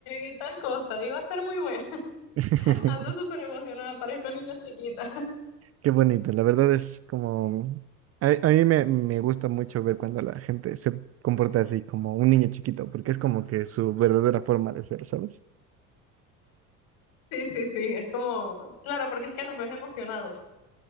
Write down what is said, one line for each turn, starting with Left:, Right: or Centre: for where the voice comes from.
Left: y, y tal cosa, y va a ser muy buena. <laughs>
Right: <laughs>
Left: Ando súper emocionada, parezco niña chiquita.
Right: Qué bonito, la verdad es como... A, a mí me, me gusta mucho ver cuando la gente se comporta así como un niño chiquito, porque es como que su verdadera forma de ser, ¿sabes?
Left: Sí, sí, sí, es como, claro, porque es que los ves emocionados.